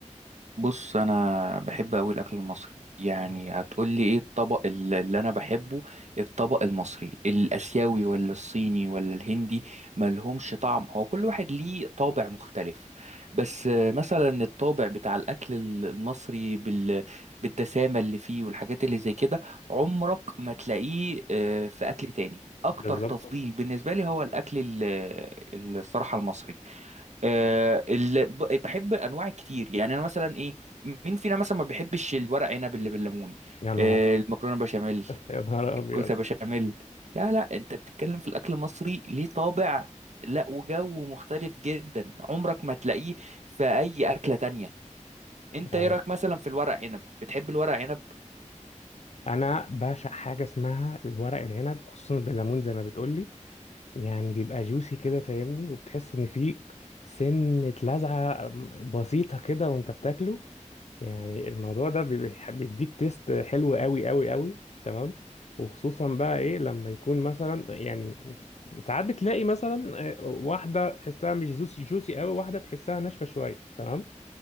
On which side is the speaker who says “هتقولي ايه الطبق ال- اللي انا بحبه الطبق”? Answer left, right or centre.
Right